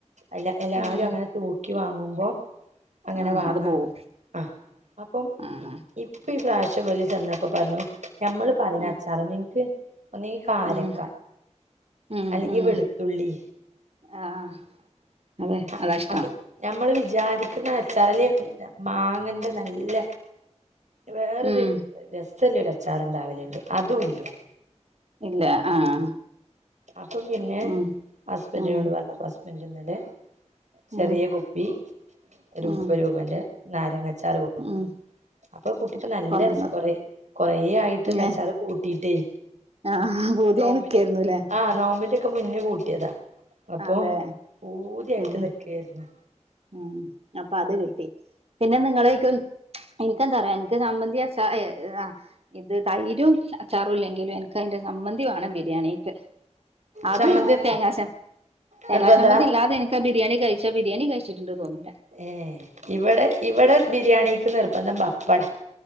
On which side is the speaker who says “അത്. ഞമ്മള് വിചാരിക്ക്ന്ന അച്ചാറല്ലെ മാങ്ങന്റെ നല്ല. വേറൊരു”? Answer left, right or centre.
Right